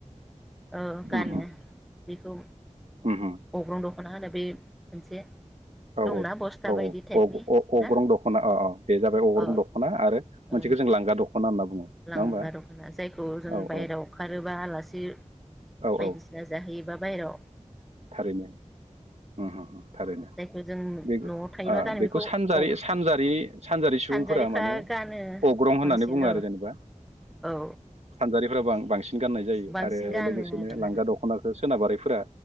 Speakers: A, in the centre; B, on the right.
A: ओ गानो
B: ओहोम
A: बेखौ
B: ओहोम
A: अग्रं दख'ना होनो बे मोनसे
B: औ
A: दंना बस्था
B: औ
A: बायदि टाइपनि
B: औ औ अग्र अग्रं
A: ना
B: दख'ना औ औ बे जाबाय अग्रं
A: औ
B: दख'ना आरो मोनसेखौ
A: ओ
B: जों लांगा दख'ना होनना बुङो
A: लांगा
B: नङा होमबा
A: द'खना जायखौ जों
B: औ
A: बायहेरायाव
B: औ
A: ओंखारोबा आलासि
B: औ
A: बायदिसिना
B: औ
A: जाहैयोबा बाहेराव
B: थारैनो ओम हो हो थारैनो
A: जायखौ जों
B: बेख
A: न'आव थायोबा
B: ओ
A: गानो
B: बेखौ सानजारि
A: औ
B: सानजारि सानजारि सुबुंफोरा
A: सानजारिफ्रा
B: माने
A: गानो
B: अग्रं होननानै
A: बांसिन
B: बुङो
A: औ
B: आरो जेनेबा
A: औ
B: सानजारि फोराबो बां बांसिन गाननाय जायो
A: बांसिन
B: आरो
A: गानो
B: लोगोसेनो
A: आरोना
B: लांगा दख'नाखो सोनाबारिफोरा